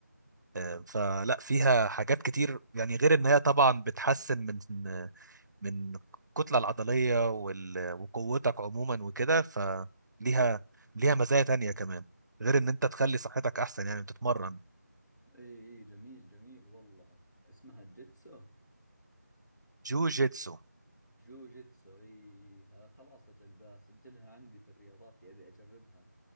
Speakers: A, on the right (about 85°); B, on the left (about 80°).
A: آه، فلا فيها حاجات كتير يعني غير ان هي طبعا بتحسن من من الكتلة العضلية وال... وقوتك عموما وكده فليها ليها مزايا تانية كمان غير ان انت تخلي صحتك احسن يعني تتمرن
B: اي اي جميل جميل والله اسمها الجيتسو
A: جوجيتسو
B: جوجيتسو اي ها- خلاص اجل بسجلها عندي في الرياضات اللي ابي اجربها